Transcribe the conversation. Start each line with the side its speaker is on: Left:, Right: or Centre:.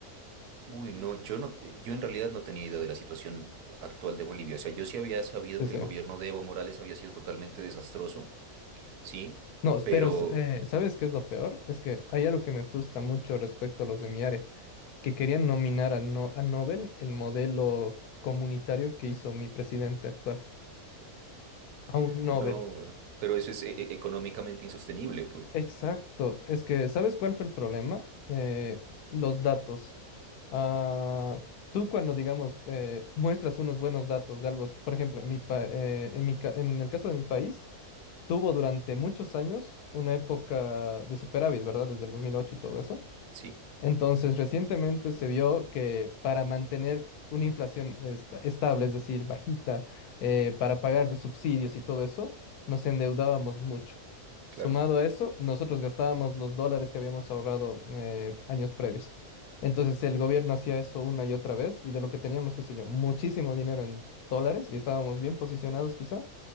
Right: Uy, no, yo no, te- yo en realidad no tenía idea de la situación actual de Bolivia. O sea, yo sí había sabido
Left: Sí,
Right: que
Left: sí.
Right: el gobierno de Evo Morales había sido totalmente desastroso, sí,
Left: No,
Right: pero
Left: pero s- eh, ¿sabes qué es lo peor? Es que hay algo que me frustra mucho respecto a los de mi área, que querían nominar a, no a Nobel el modelo comunitario que hizo mi presidente actual, a un Nobel.
Right: no, pero eso es e- e- económicamente insostenible, pues.
Left: Exacto. Es que, ¿sabes cuál fue el problema? Eh, los datos. Ah, tú cuando, digamos, eh, muestras unos buenos datos de algo, por ejemplo, en mi pa- eh, en mi ca- en el caso de mi país, tuvo durante muchos años una época de superávit, ¿verdad? Desde el 2008 y todo eso.
Right: Sí,
Left: Entonces, recientemente se vio que para mantener una inflación esta- estable, es decir, bajita, eh, para pagar los subsidios y todo eso, nos endeudábamos mucho. Sumado
Right: claro.
Left: a eso, nosotros gastábamos los dólares que habíamos ahorrado eh, años previos. Entonces, el gobierno hacía eso una y otra vez y de lo que teníamos, qué sé yo, muchísimo dinero en dólares y estábamos bien posicionados quizá,